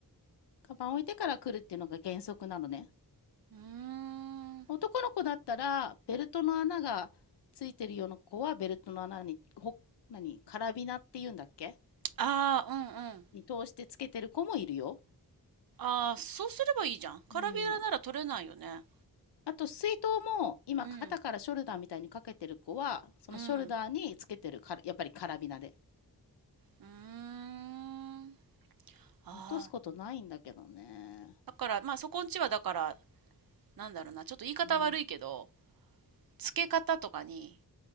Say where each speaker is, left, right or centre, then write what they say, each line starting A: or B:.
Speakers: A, on the left (about 80°); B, on the right (about 60°).
A: カバン置いてから来るっていうのが原則なのね
B: うーん。
A: 男の子だったらベルトの穴がついてるような子はベルトの穴にほ何カラビナっていうんだっけ
B: ああ、うんうん。
A: に通してつけてる子もいるよ。
B: ああ、そうすればいいじゃん。カラビラなら取れないよね。
A: うん、あと水筒も今肩からショルダーみたいにかけてる子はそのショルダーにつけてるからやっぱりカラビナで。
B: うん、うん、うーん。ああ、
A: 落とすことないんだけどね。
B: だから、まあそこんちはだから、なんだろうな、ちょっと言い方悪いけど、
A: うん。
B: 付け方とかに、